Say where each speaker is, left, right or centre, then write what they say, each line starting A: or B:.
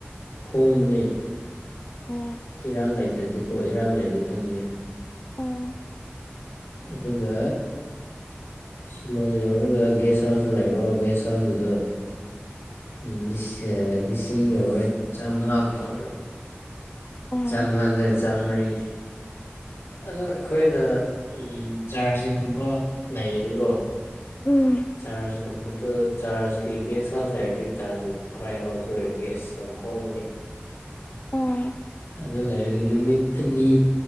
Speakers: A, on the left; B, on the left.
A: ꯍꯣꯡꯕꯅꯦ
B: ꯑꯣ
A: ꯏꯔꯥꯡ ꯂꯩꯇ꯭ꯔꯗꯤꯀꯣ ꯏꯔꯥꯡ ꯂꯩꯔꯤ ꯈꯪꯗꯦ
B: ꯑꯣ
A: ꯑꯗꯨꯒ ꯁꯤꯂꯣꯡ ꯌꯧꯔꯒ ꯒꯦꯁ ꯍꯥꯎꯁꯇ ꯂꯩꯔꯣ ꯒꯦꯁ ꯍꯥꯎꯁꯇꯨꯗ ꯎꯝ ꯂꯤꯁ ꯑꯥ ꯂꯤꯁꯤꯡ ꯌꯧꯔꯣꯏ ꯆꯥꯝꯃꯉꯥꯒꯨꯝꯕ ꯑꯣꯏꯔꯝ
B: ꯑꯣ
A: ꯆꯝꯉꯥꯔ ꯆꯥꯝꯃ꯭ꯔꯤ ꯑꯗꯨ ꯑꯩꯈꯣꯏꯅ ꯎꯝ ꯆꯥꯔꯖꯤꯒꯨꯝꯕ ꯂꯩꯔꯗꯤꯀꯣ
B: ꯎꯝ
A: ꯆꯥꯔꯖꯒꯨꯝꯕꯗꯣ ꯆꯥꯔꯖꯒꯤ ꯒꯦꯁ ꯍꯥꯎꯁ ꯂꯩꯔꯗꯤ ꯆꯥꯔꯖꯀꯤ ꯄꯥꯏꯔꯣ ꯑꯗꯨ ꯑꯣꯏꯔꯗꯤ ꯑꯁ ꯌꯥꯝ ꯍꯣꯡꯕꯅꯤ
B: ꯑꯣ
A: ꯑꯗꯨ ꯂꯩꯔꯒꯡꯗꯤ ꯅꯨꯃꯤꯠ ꯑꯅꯤ